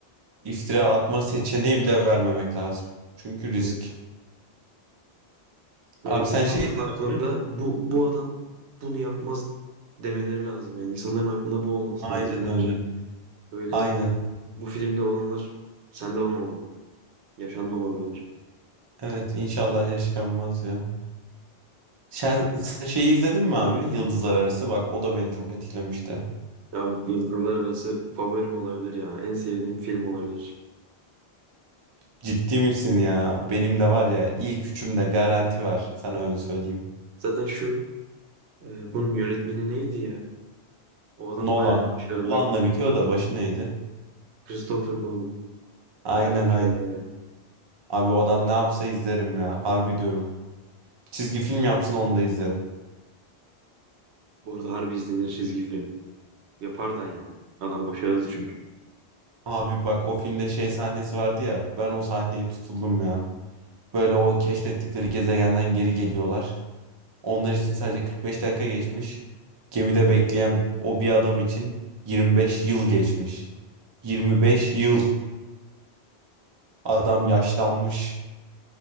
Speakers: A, on the right; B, on the right.
A: iftira atma seçeneği bile vermemek lazım. Çünkü risk.
B: Evet. Böyle
A: Abi sen
B: insanların
A: şey izledin
B: aklında
A: mi?
B: bu bu adam bunu yapmaz demeleri lazım. Yani insanların aklında bu olması
A: Aynen
B: lazım
A: öyle.
B: bence. Böyle
A: Aynen.
B: bu filmde olanlar sende olmamalı. Yaşanmamalı bence.
A: Evet inşallah yaşanmaz ya. Sen, sen şeyi izledin mi abi? Yıldızlar Arası. Bak o da beni çok etkilemişti.
B: Abi Yıldırlar Arası favorim olabilir ya. En sevdiğim film olabilir.
A: Ciddi misin ya? Benim de var ya ilk üçümde garanti var. Sana öyle söyleyeyim.
B: Zaten şu e, bunun yönetmeni neydi ya? O adam
A: Nolan.
B: bayağı başarılı.
A: Nolan'la bitiyor da başı neydi?
B: Christopher Nolan.
A: Aynen
B: Bayağı başarılı
A: aynen.
B: yani.
A: Abi o adam ne yapsa izlerim ya. Harbi diyorum. Çizgi film yapsın onu da izlerim.
B: Bu arada harbi izlenir çizgi film. Yapar da yani. Adam başarılı çünkü.
A: Abi bak o filmde şey sahnesi vardı ya. Ben o sahneye tutuldum ya. Böyle o keşfettikleri gezegenden geri geliyorlar. Onlar için sadece 45 dakika geçmiş. Gemide bekleyen o bir adam için 25 yıl geçmiş. 25 yıl adam yaşlanmış.